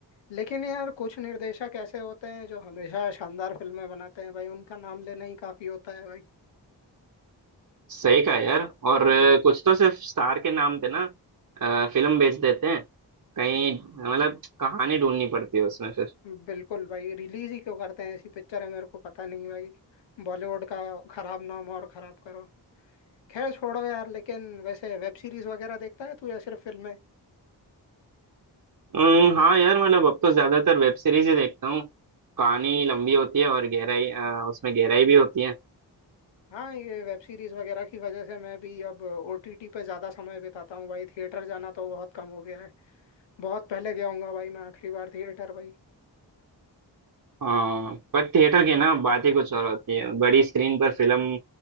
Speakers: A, on the left (about 80°); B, on the right (about 45°).
A: लेकिन यार कुछ निर्देशक ऐसे होते हैं जो हमेशा शानदार फिल्में बनाते हैं भाई उनका नाम लेना ही काफी होता है भाई
B: सही कहा यार और अ, कुछ तो सिर्फ स्टार के नाम पे ना अ, फिल्म बेच देते हैं कहीं मतलब कहानी ढूंढनी पड़ती है उसमें फिर
A: बिल्कुल भाई रिलीज ही क्यों करते हैं ऐसी पिक्चर है मेरे को पता नहीं भाई बॉलीवुड का खराब नाम और खराब करो खैर छोड़ो यार लेकिन वैसे वेब सीरीज वगैरह देखता है तू या सिर्फ फिल्में
B: हम्म, हाँ यार मतलब अब तो ज्यादातर वेब सीरीज ही देखता हूँ कहानी लंबी होती है और गहराई अ, उसमें गहराई भी होती है
A: हाँ ये वेब सीरीज वगैरह की वजह से मैं भी अब ओटीटी पे ज्यादा समय बिताता हूँ भाई थिएटर जाना तो बहुत कम हो गया है बहुत पहले गया हूँगा भाई मैं आखिरी बार थिएटर भाई
B: हाँ पर थिएटर की ना बात ही कुछ और होती है बड़ी स्क्रीन पर फिल्म